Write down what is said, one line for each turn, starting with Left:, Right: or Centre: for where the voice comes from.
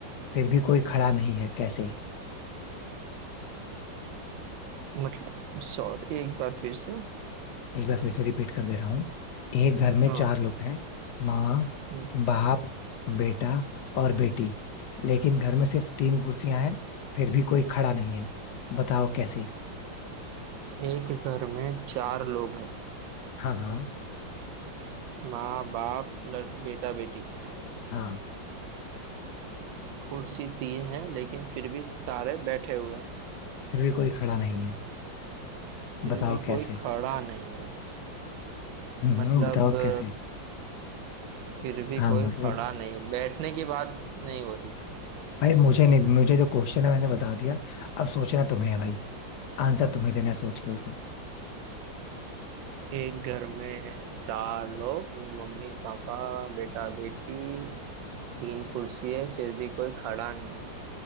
Left: फिर भी कोई खड़ा नहीं है कैसे
Right: मतलब सॉरी एक बार फिर से
Left: एक बार फिर से रिपीट कर दे रहा हूँ एक घर में
Right: हाँ
Left: चार लोग हैं माँ
Right: हम्म
Left: बाप बेटा और बेटी लेकिन घर में सिर्फ तीन कुर्सियां हैं फिर भी कोई खड़ा नहीं है बताओ कैसे
Right: एक घर में चार लोग हैं
Left: हाँ हाँ
Right: माँ बाप लड़, बेटा बेटी
Left: हाँ
Right: कुर्सी तीन है लेकिन फिर भी सारे बैठे हुए हैं
Left: फिर भी कोई खड़ा नहीं है
Right: फिर
Left: बताओ
Right: भी कोई
Left: कैसे
Right: खड़ा नहीं है
Left: हम्म
Right: मतलब
Left: हम्म, बताओ
Right: अ,
Left: कैसे
Right: फिर भी
Left: हाँ
Right: कोई
Left: मतलब
Right: खड़ा नहीं है बैठने की बात नहीं हो रही
Left: भाई मुझे नहीं मुझे जो क्वेश्चन है मैंने बता दिया अब सोचना तुम्हें है भाई आंसर तुम्हें देना है सोच लो उसको
Right: एक घर में है चार लोग मम्मी पापा बेटा बेटी तीन कुर्सी है फिर भी कोई खड़ा नहीं है